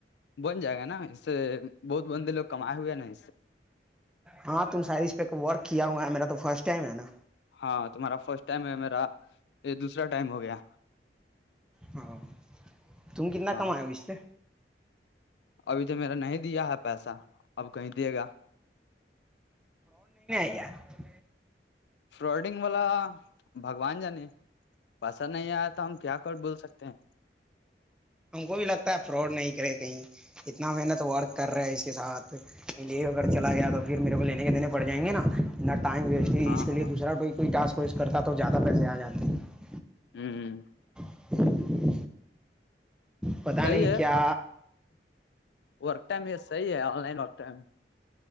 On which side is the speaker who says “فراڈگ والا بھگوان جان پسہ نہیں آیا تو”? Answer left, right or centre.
Left